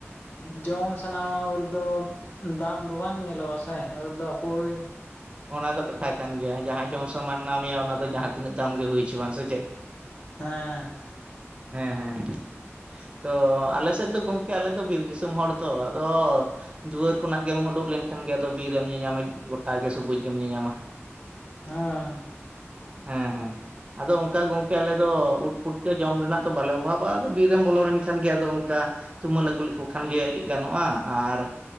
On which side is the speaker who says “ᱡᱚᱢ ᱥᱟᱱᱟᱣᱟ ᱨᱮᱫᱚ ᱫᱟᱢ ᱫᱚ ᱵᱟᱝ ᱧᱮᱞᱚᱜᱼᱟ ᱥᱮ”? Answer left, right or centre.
Left